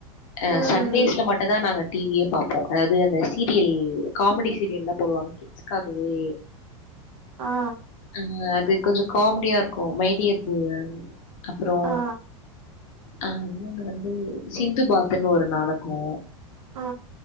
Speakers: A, on the left; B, on the right.
A: அ
B: ம்
A: சண்டேஸ்ல மட்டுந்தா நாங்க டி வியே பாப்போ அதாது அந்த சீரியல் காமெடி சீரியல்லா போடுவாங்க கிட்ஸ்காகவே
B: ஆ
A: அ அது கொஞ்சோ காமெடியா இருக்கு மைடியர் பூதம் அப்பறோ
B: ஆ
A: அ இன்னொனு வந்து சிந்து பாத்துன்னு ஒரு நாடகோ
B: ஆ